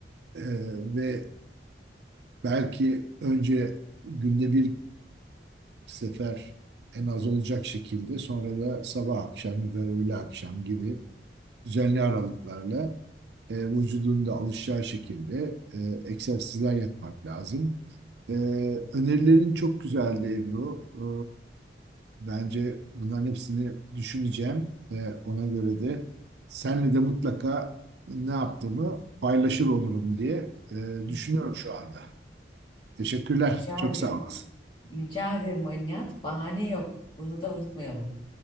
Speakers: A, on the right; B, on the left.
A: e, ve belki önce günde bir sefer en az olacak şekilde sonra da sabah akşam ya da öğle akşam gibi düzenli aralıklarla e, vücudun da alışacağı şekilde e, egzersizler yapmak lazım. E, önerilerin çok güzeldi Ebru. E, bence bunların hepsini düşüneceğim ve ona göre de senle de mutlaka ne yaptığımı paylaşır olurum diye e,
B: Hı.
A: düşünüyorum şu anda. Teşekkürler.
B: Rica
A: Çok
B: ederim.
A: sağ olasın.
B: Rica ederim Alinihat. Bahane yok. Bunu da unutmayalım.